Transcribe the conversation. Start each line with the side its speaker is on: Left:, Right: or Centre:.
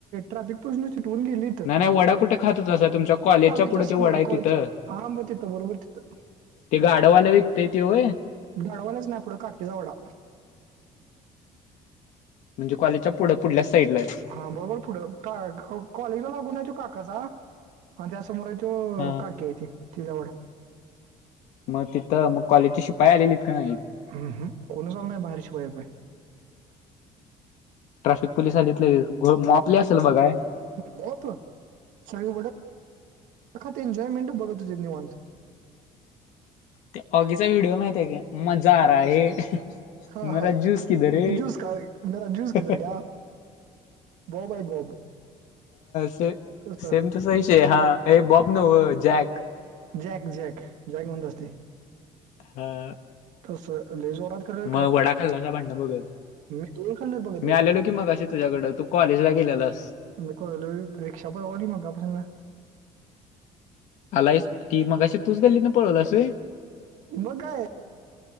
Right: ट्राफिक पोललीस न तिटवून गेली इथं.
Left: नाही नाही वडा कुठे खात होतासा तुमच्या कॉलेजच्या
Right: कॉलेज
Left: पुढे त्यो
Right: समोर
Left: वडा आहे
Right: कॉलेज
Left: तिथं.
Right: हा म तिथं बरोबर तिथं.
Left: ते गाड्यावाल विकतय ते होय.
Right: भडवालच नाही पुढं काटीचावडा.
Left: म्हणजे कॉलेजच्या पुढे पुढल्या साईडला आहे.
Right: हा बरोबर पुढं का कॉलेज लागून आहे तू काकाचा त्याच समोर आहे तो
Left: हा
Right: काकी आहे ती - ती जागा.
Left: मग तिथं मग कॉलेजचे शिपाई आलेलीत का नाही?
Right: उम्म हम्म कोणच आलं नाही शिपाई बिपाई.
Left: ट्रॅफिक पोलिस आलेतली मापले असेल बघाय.
Right: मोप सगळी वट एख एन्जॉयमेंट बघत असेल निवांत.
Left: ते ऑगीचा व्हिडिओ माहित आहे का, मजा आ रहा है.
Right: हा हा
Left: मेरा जूस किधर है
Right: ज्यूस का मेरा ज्यूस
Left: <inaudible>
Right: किधर
Left: <inaudible>
Right: गया बॉब आहे बॉब
Left: सेम-
Right: तसं
Left: सेम कसा विषय हा ये बाँब नको जॅक.
Right: जॅक - जॅक - जॅक म्हणत बसली.
Left: हा.
Right: तस लय जोरात. खरं
Left: मग वडा खाल्ला का भांडणं बघत.
Right: <unintelligible> दूर खाल्लं तुम
Left: मी आलेलो की मघाशी तुझ्याकडं, तू कॉलेजला गेलेलास.
Right: मला कळलं रिक्शा पाव राली मगा पसुनं.
Left: आलायस ती मघाशी तूच गल्लीत नं पळवला व्हय?
Right: म काय?